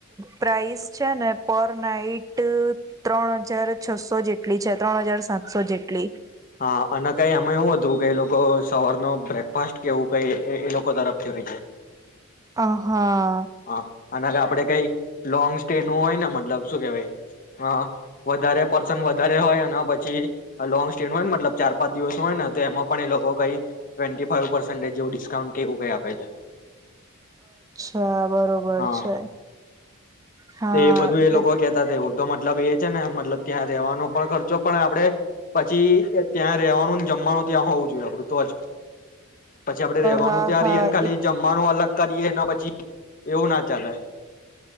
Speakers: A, on the right (about 15°); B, on the left (about 40°).
A: પ્રાઇસ છે ને પર નાઈટ ત્રણ હજાર છસો જેટલી છે, ત્રણ હજાર સાતસો જેટલી
B: હા, અને કઈ એમાં એવું હતું કે એ લોકો સવાર નો બ્રેકફાસ્ટ કેવું કઈ, એ લોકો તરફથી હોય છે
A: અહા
B: હા, અને આપડે કઈ લોંગ સ્ટે નું હોય ને મતલબ શું કેહેવાય વધારે પર્સન, વધારે હોય અને પછી લોંગ સ્ટે નું હોય ને મતલબ ચાર, પાંચ, દિવસ હોય ને, તો એમાં પણ એ લોકો કઈ ટ્વેન્ટી ફાવ પર્સેન્ટેજ જેવું ડિસ્કાઉન્ટ કેવું કઈ આપે છે
A: હા, બરોબર
B: હા
A: છે હા,
B: તો એ બધું
A: એટલે
B: એ લોકો કેતા હતા એવું તો મતલબ એ છે ને મતલબ ત્યાં રેવાનો પણ ખર્ચો પણ આપડે પછી ત્યાં રેવાનુંને જમવાનું ત્યાં હોવું જોઈએ આપડું તો જ પછી આપડે રેવાનું
A: હા
B: ત્યાં
A: હા
B: રીએ અને ખાલી
A: એ
B: જમવાનું અલગ કરીએના પછી એવું ના ચાલે